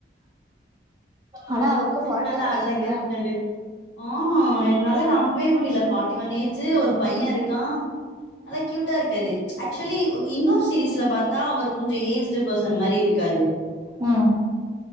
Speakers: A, on the right (about 20°); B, on the left (about 85°).
A: ஆனா அவருக்கு ஃபார்ட்டி
B: நல்ல
A: ஒன்
B: அழகா
A: ஏஜ்ல
B: இருப்பாரு ஆ என்னால நம் பவே முடில ஃபாட்டி ஒன் ஏஜு ஒரு பைய இருக்கா நல்லா க்யூட்டா இருக்காரு ஆக்சுவலி இன்னொரு சீீரிஸ்ல பாத்தா அவர் கொஞ்ச ஏஜ்டு பர்சன் மாரி இருக்காரு
A: ம்